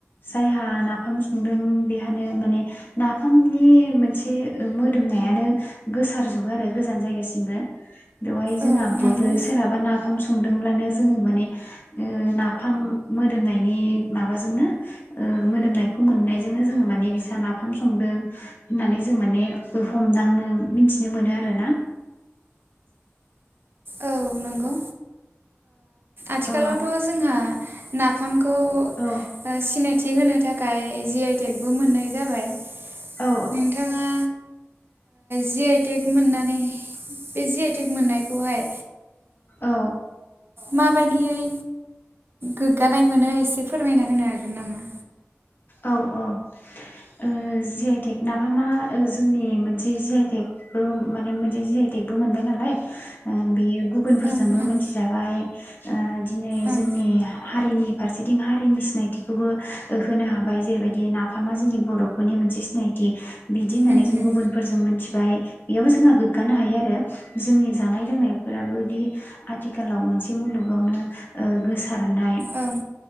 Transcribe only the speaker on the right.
औ
नंगौ
औ नंगौ आथिखालावथ'
जोंहा नाफामखौ
ओ सिनायथि होनो थाखाय जि आइटेकबो मोननाय जाबाय।
नोंथाङा जि आइटक मोननानै बे जि आइटेक मोननायखौ गहाय
माबायदियै गोग्गानाय मोनो एसे फोरमायना होनो हागोन नामा?
ओं ओं
ओं
उम
उम
ओं